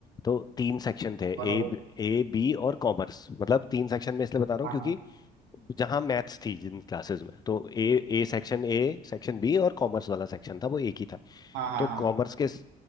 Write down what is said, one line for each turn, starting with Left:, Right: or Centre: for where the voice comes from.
Left: तो तीन सेक्शन थे
Right: बराबर
Left: ए ए बी और कॉमर्स मतलब तीन सेक्शन में इसलिए बता रहा हूँ
Right: हाँ
Left: क्योंकि
Right: हाँ
Left: जहाँ मैथ्स थी जिन क्लासेस में तो A A section A section B और कॉमर्स वाला सेक्शन था वो एक ही था
Right: हाँ हाँ
Left: तो
Right: हाँ
Left: कॉमर्स के